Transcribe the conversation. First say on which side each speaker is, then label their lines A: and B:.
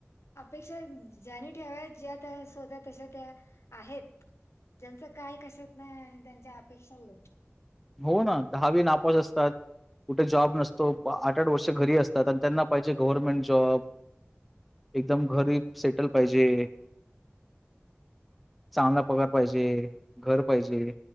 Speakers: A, on the left; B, in the centre.
A: अपेक्षा ज्यानी ठेवा ज्या त्या स् होत तशा त्या आहेत. ज्यांचं काय कशात नाही त्यांच्या अपेक्षा ल
B: हो ना दहावी नापास असतात कुठे जॉब नसतो आठ आठ वर्ष घरी असतो. त्यांना पाहिजे गव्हर्नमेंट जॉब एकदम घरी सेटल पाहिजे. चांगला पगार पाहिजे घर पाहिजे.